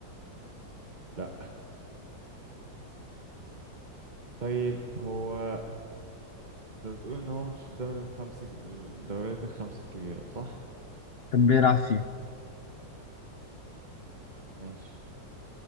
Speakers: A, on the right; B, on the left.
A: لا طيب هو انت بتقول ان هو مش في الدوري الخمسة الدوريات الخمسة الكبيرة صح
B: كان بيلعب فيه
A: ماشي